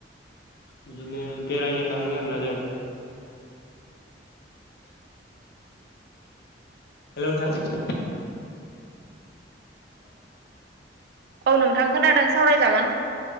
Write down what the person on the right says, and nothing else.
औ नोंथां खोनादों सावरायजागोन।